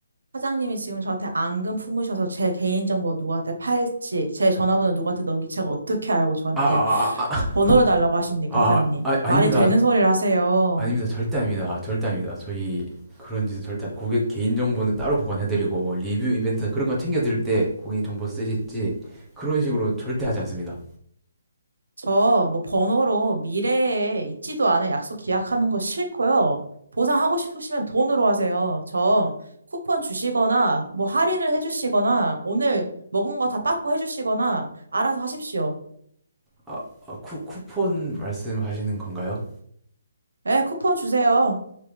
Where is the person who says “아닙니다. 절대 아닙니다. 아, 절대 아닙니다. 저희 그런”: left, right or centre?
Centre